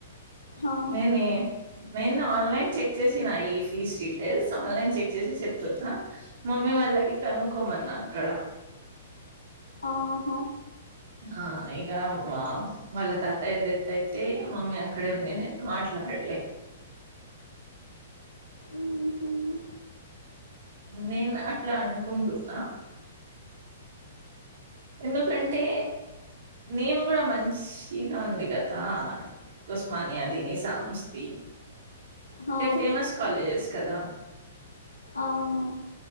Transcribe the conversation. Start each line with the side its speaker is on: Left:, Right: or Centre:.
Left: హా,
Right: నేను నేను ఆన్లైన్ చెక్ చేసిన ఈ fees seat so online check చేసి చెప్తున్నా మమ్మీ వాళ్ళకి కనుకోమన్నా అక్కడ
Left: ఆహా
Right: ఆ ఇగ వ వాళ్ళ తాతయ ఎద్దత్తైతే మమ్మీ అక్కడ ఉండింది మాట్లాడ లెట్లే
Left: మ్మ్హ్మ్.
Right: నేన అట్లా అనుకుంటున్నా ఎందుకంటే నేమ్ కూడా మంచిగా ఉంది కదా ఉస్మానియాది ని సామస్తి
Left: హా,
Right: అంటే ఫేమస్ కాలేజెస్ కదా
Left: అవును